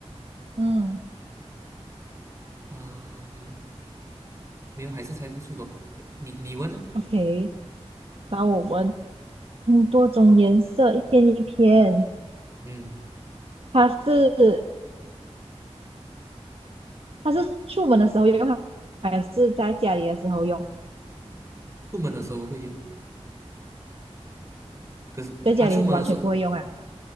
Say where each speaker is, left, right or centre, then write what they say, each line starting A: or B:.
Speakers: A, on the right; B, on the right.
A: 嗯
B: 嗯、没有，还是猜不出口。你你问呢？
A: ，OK，那我问，嗯，多种颜色，一片一片，
B: 嗯，
A: 它是它是出门的时候用，还是在家里的时候用？
B: 出门的时候会用，可是他出门的时候，
A: 在家里完全不会用啊。